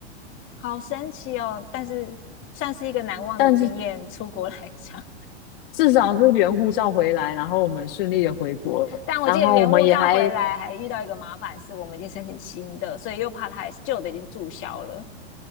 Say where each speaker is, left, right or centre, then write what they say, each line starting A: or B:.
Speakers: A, on the left; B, on the left.
A: 好神奇哦！但是算是一个难忘的经验，
B: 但是
A: 出国来讲。
B: 至少是原护照回来，然后我们顺利的回国，
A: <laughs> 但我记得原物照回来还遇到一个麻烦，
B: 然后我们也还
A: 是我们已经申请新的，所以又怕它旧的已经注销了。